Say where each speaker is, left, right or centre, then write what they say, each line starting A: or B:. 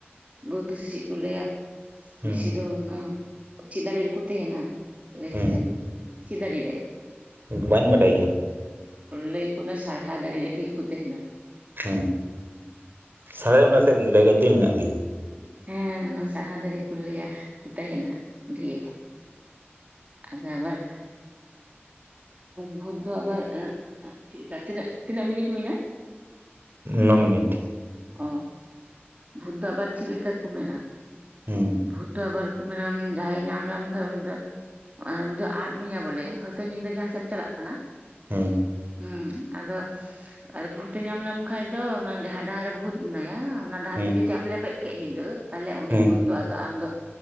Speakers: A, on the right (about 35°); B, on the right (about 55°).
A: ᱵᱷᱩᱛ ᱫᱚ ᱥᱮᱪᱮᱫ ᱠᱚ ᱞᱟᱹᱭ ᱟ
B: ᱦᱮᱸ
A: ᱵᱮᱥᱤ ᱫᱚ ᱚᱱᱟ ᱪᱮᱫ ᱫᱟᱨᱮ ᱨᱮᱠᱚ ᱛᱟᱦᱮᱸᱱ ᱟ ᱞᱟᱹᱭ
B: ᱦᱮᱸ
A: ᱢᱮᱥᱮ ᱪᱮᱫ ᱫᱟᱨᱤ ᱨᱮ
B: ᱵᱟᱹᱧ ᱵᱟᱰᱟᱭ ᱜᱮᱭᱟ
A: ᱞᱟᱹᱭᱟᱠᱚ ᱚᱱᱟ ᱥᱟᱨᱦᱟ ᱫᱟᱨᱤ ᱨᱮ ᱰᱷᱤᱨ ᱠᱚ ᱛᱟᱦᱮᱱ ᱟ
B: ᱦᱩᱸ ᱥᱟᱨ ᱚᱱᱟ ᱥᱮᱫ ᱜᱟᱹᱭ ᱜᱟᱹᱰᱤ ᱫᱚ ᱢᱮᱱᱟᱜ ᱜᱮᱭᱟ
A: ᱦᱮᱸ ᱚᱱᱟ ᱥᱟᱨᱦᱟ ᱫᱟᱨᱤ ᱨᱮᱠᱚ ᱞᱟᱹᱭᱟ ᱠᱚ ᱛᱟᱦᱮᱱᱟ ᱰᱷᱤᱨ ᱟᱫᱚ ᱟᱵᱟᱨ ᱵᱷᱩᱛ ᱫᱚ ᱟᱵᱟᱨ ᱪᱮᱫ ᱞᱮᱠᱟ ᱛᱤᱱᱟᱹᱜ ᱛᱤᱱᱟᱹᱜ ᱢᱤᱱᱤᱴ ᱦᱩᱭᱱᱟ
B: ᱱᱚ ᱢᱤᱱᱤᱴ
A: ᱚ ᱵᱷᱩᱛ ᱫᱚ ᱟᱵᱟᱨ ᱪᱤᱫ ᱞᱮᱠᱟ ᱠᱚ ᱢᱮᱱ ᱟ
B: ᱦᱮᱸ
A: ᱵᱷᱩᱛ ᱫᱚ ᱟᱵᱟᱨ ᱡᱟᱦᱟᱸᱭ ᱧᱟᱢ ᱞᱮᱢ ᱠᱷᱟᱡ ᱩᱱᱤ ᱫᱚ ᱫᱚ ᱟᱫ ᱢᱮᱭᱟ ᱵᱚᱞᱮ ᱦᱳᱭᱛᱚ ᱧᱤᱫᱟᱹ ᱡᱟᱦᱟᱸ ᱥᱮᱫ ᱮᱢ ᱪᱟᱞᱟᱜ ᱠᱟᱱᱟ
B: ᱦᱮᱸ
A: ᱦᱩᱸ ᱟᱫᱚ ᱵᱷᱩᱛ ᱮ ᱧᱟᱢ ᱞᱮᱟᱢ ᱠᱷᱟᱡ ᱫᱚ ᱡᱟᱦᱟᱸ ᱰᱟᱦᱟᱨ ᱨᱮ ᱵᱷᱩᱛ ᱢᱮᱱᱟᱭᱟ ᱚᱱᱟ ᱰᱟᱦᱟᱨ
B: ᱦᱮᱸ
A: ᱛᱮ ᱡᱩᱫᱤ ᱟᱢᱞᱮ ᱵᱮᱫ ᱠᱮᱫ ᱧᱤᱫᱟᱹ ᱛᱟᱦᱚᱞᱮ ᱩᱱᱤ
B: ᱦᱮᱸ
A: ᱵᱷᱩᱛ ᱟᱢ ᱫᱚ